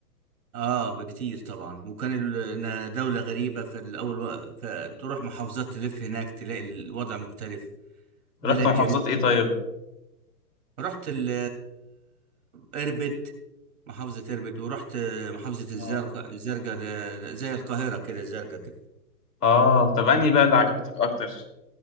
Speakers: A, on the right (about 60°); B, on the left (about 75°).
A: اه بكتير طبعا وكان ال... إنها دولة غريبة فالأول و... فتروح محافظات تلف هناك تلاقي الوضع مختلف بلد
B: رحت محافظات
A: جميلة
B: إيه طيب؟
A: رحت ال اربد محافظة اربد ورحت آه، محافظة
B: اه
A: الزرقاء الزرقاء ده ده زي القاهرة كده الزرقاء كده
B: اه طب أنهي بقى اللي عجبتك أكتر؟